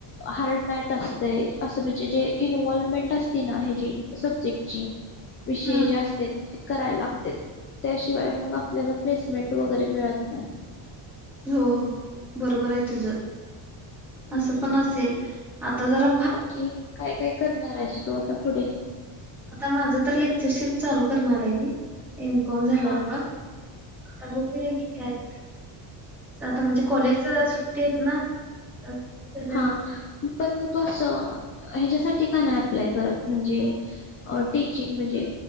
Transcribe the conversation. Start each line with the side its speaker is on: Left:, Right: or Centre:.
Left: हार्ड मॅच असतंय. असं म्हणजे जे इन्व्हॉलमेंट असते ना, ह्याची सब्जेक्टची. विषय
Centre: हा
Left: जे असत्यात ते करायला लागत्यात. त्याशिवाय मंग आपल्याला प्लेसमेंट वैगरे मिळत नाय.
Centre: हो, हो. बरोबर हाय तुझं.
Left: हम्म
Centre: आस पन असेल, आत्ताजरा
Left: बाकी, काय काय करणार आहे? तो आता पुढे...
Centre: माझ तर लेक्चरशिप चालू करणार आहे मी. एमकॉम झाल्यामुळ...
Left: हा
Centre: आता बघूया की काय ते? आता म्हनजे कॉलेजच्या सुट्टी हायत ना! तर झाल्यानंतर
Left: हा, पन म तू असं? ह्याच्यासाठी का नाय अप्लाय करत? म्हनजे अ.. टिचिंग म्हनजे